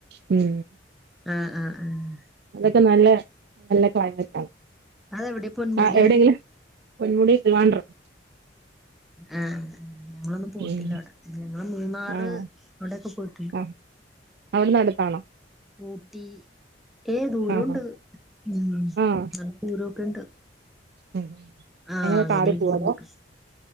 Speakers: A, on the right (about 60°); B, in the centre.
A: <unintelligible> ഉം
B: ആഹ് ആഹ് ആഹ്
A: അതൊക്കെ നല്ല നല്ല ക്ലൈമറ്റാ
B: അതെവിടെ പൊന്മുടി
A: ആ എവിടേങ്കിലും പൊന്മുടി ട്രിവാൻഡ്രം
B: ആ ഞങ്ങളൊന്നും പോയിട്ടില്ല
A: ഉം
B: അവിടെ ഞങ്ങള് മൂന്നാറ്
A: ആഹ്
B: അവിടൊക്കെ പോയി
A: ആഹ് അവിടുന്ന് അടുത്താണോ
B: ഊട്ടി ഏ ദൂരോണ്ട്
A: ആഹ്
B: ഉം
A: ആഹ്
B: നല്ല ദൂരൊക്കെണ്ട്
A: ഉം
B: ആ
A: എങ്ങനെ
B: അങ്ങനെയ
A: കാറി പോവോ അതോ
B: നോക്കും